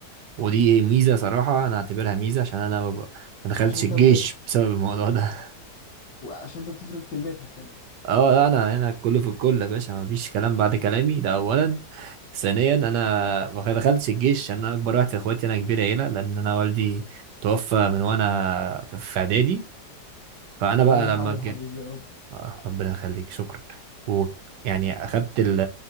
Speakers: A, on the right; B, on the left.
A: ودي ميزه صراحه انا اعتبرها ميزه عشان انا ما ب- ما دخلتش
B: عشان انت
A: الجيش
B: بت...
A: بسبب الموضوع ده
B: عشان انت بتفرض كلمتك كمان
A: <laughs> اه لا انا انا كله في الكل يا باشا ما فيش كلام بعد كلامي ده اولا ثانيا انا ما دخلتش الجيش عشان انا اكبر واحد في اخواتي انا كبير عيله لان انا والدي توفى من وانا في في اعدادي فانا
B: ربنا
A: بقى
B: يرحمه
A: لما جيت
B: يا حبيبي يا رب
A: آه ربنا يخليك شكرا و يعني اخدت ال-